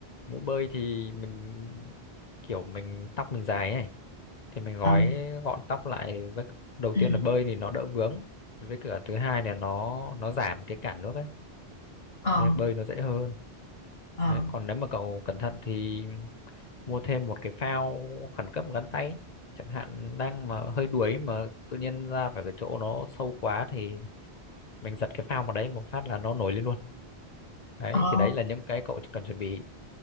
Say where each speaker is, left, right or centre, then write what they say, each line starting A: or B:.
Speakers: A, on the left; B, on the left.
A: mũ bơi thì mình kiểu mình tóc mình dài ấy thì mình
B: ờ
A: gói gọn tóc lại với đầu
B: ừ.
A: tiên là bơi thì nó đỡ vướng với cả thứ hai là nó nó giảm cái cản nước ấy
B: ờ
A: nên bơi nó dễ hơn
B: ờ
A: đấy còn nếu mà cậu cẩn thận thì mua thêm một cái phao khẩn cấp gắn tay ấy. chẳng hạn đang mà hơi đuối mà tự nhiên ra phải cái chỗ nó sâu quá thì mình giật cái phao vào đấy một phát là nó nổi lên luôn đấy
B: ờ
A: thì đấy là những cái cậu cần chuẩn bị